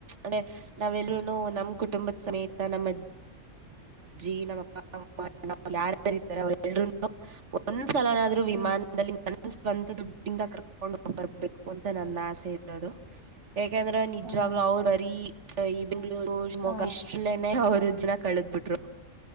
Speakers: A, on the right (about 65°); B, on the left (about 20°).
A: ಅಂದೆ ನಾವೆಲ್ರುನು ನಮ ಕುಟುಂಬದ ಸಮೇತ ನಮ್ಮ ಅಜ್ಜಿ ನಮ್ಮಪ್ಪ ನಮ್ಮಣ್ಣ ಯಾರಾರ ಇದಾರೆ ಅವರು ಎಲ್ರು ಸಲನಾದ್ರೂನು ವಿಮಾನದಲ್ಲಿ
B: ಹ್ಮ್
A: ಒಂದು ಸ್ವಂತ ದುಡ್ಡಿಂದ ಕರ್ಕೊಂಡ ಬರ್ಬೇಕು ಅಂತ ನನ್ನ ಆಸೆ ಇರೋದು ಯಾಕೆಂದ್ರೆ ನಿಜವಾಗ್ಲುೂ
B: ಹ
A: ಅವ್ರು ಬರೀ ಸರಿ <unintelligible>
B: ಹಾ
A: ಇಷ್ಟಲೇನೆ ಅವ್ರದ <unintelligible> ಕಳದ್ ಬುಟ್ರು.